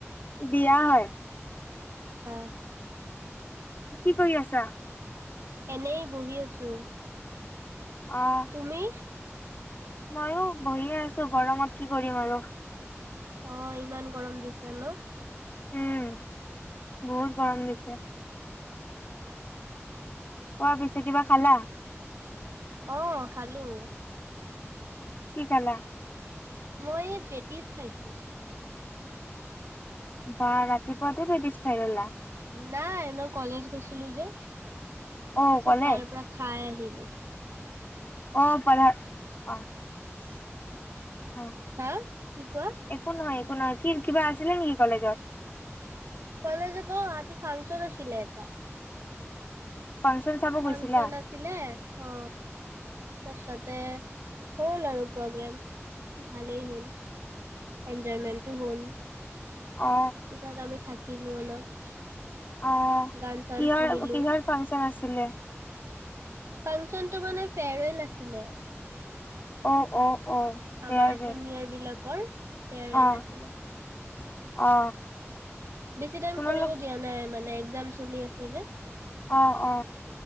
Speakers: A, on the left; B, on the right.
A: বিয়া হয়।
B: আচ্ছা।
A: কি কৰি আছা?
B: এনেই বহি আছো।
A: অ'
B: তুমি?
A: ময়ো বহিয়ে আছো গৰমত কি কৰিম আৰু।
B: অ ইমান গৰম দিছে ন?
A: উম, বহুত গৰম দিছে। কোৱা পিছে কিবা খালা?
B: অ' খালো।
A: কি খালা?
B: মই পেটিজ খাইছো।
A: বাাহ ৰাতিুৱদে ভে দিছ খাই লা <inaudible>
B: নাই মই কলেজ গৈছিলো যে।
A: অ'
B: পিছত
A: কলেজ?
B: তাৰ পৰা খাই আহিলো।
A: অ পদা অ <inaudible>
B: হা কি কোৱা?
A: একো নহয় কি কিবা আছিলে নেকি কলেজত?
B: কলেজত অ আজি ফাংচন আছিলে এটা।
A: ফাংচন চাব
B: ফাংচন
A: গৈছিলা
B: আছিলে অ। ত তাতে হ'ল আৰু প্ৰগ্ৰেম ভালেই হ'ল এনজয়মেণ্টোটো হ'ল।
A: অ
B: পিছত আমি থা কিলোঁ অলপ।
A: অ
B: গান চান
A: কিহৰ
B: শুনিলো
A: কিহৰ ফাংচন আছিলে?
B: ফাংচনটো মানে ফেৰৱেল আছিলে।
A: অ অ। অ ফেয়াৰৱেল
B: আমাৰ চিনিয়ৰ বিলাক কৰ ফেৱাৰৱেল
A: অ
B: আছিলে।
A: অ
B: বেছি টাইম
A: তোমালোক
B: কৰিব দিয়া নাই মানে, এক্সাম চলি আছে যে।
A: অ অ